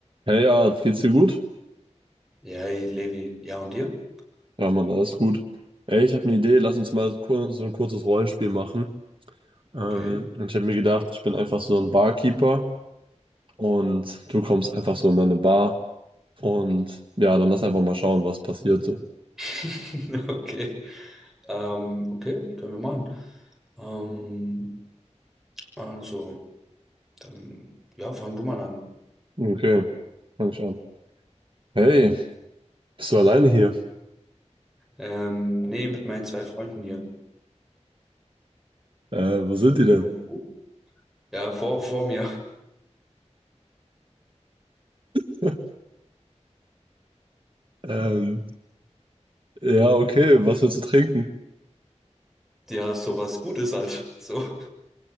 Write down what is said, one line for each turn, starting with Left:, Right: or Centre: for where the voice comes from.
Right: Hey, ja, geht's dir gut?
Centre: Ja, hey, Levi. Ja, und dir?
Right: Ja, Mann, alles gut. Ey, ich habe eine Idee, lass uns mal kur- so ein kurzes Rollenspiel machen. Ähm,
Centre: Okay.
Right: und ich habe mir gedacht, ich bin einfach so ein Barkeeper und du kommst einfach so in meine Bar. Und ja, dann lass einfach mal schauen, was passiert so.
Centre: <laughs> Okay. Ähm, okay, können wir machen. Ähm, also, dann, ja, fang du mal an.
Right: Okay, fang ich an. Hey, bist du alleine hier?
Centre: Ähm, nee, mit meinen zwei Freunden hier.
Right: Äh, wo sind die denn?
Centre: Und, ja, vor, vor mir. <laughs>
Right: <laughs> Ähm, ja, okay, was willst du trinken?
Centre: Ja, sowas Gutes halt. So,